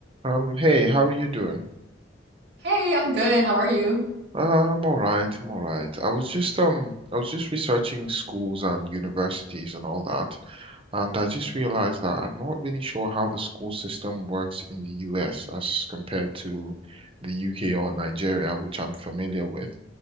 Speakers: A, on the right; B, on the right.
A: Um, hey, how are you doing?
B: Hey, I'm good. How are you?
A: Uh, I'm all right. I'm all right. I was just um, I was just researching schools and universities and all that, and I just realized that I'm not really sure how the school system works in the US as compared to the UK or Nigeria, which I'm familiar with.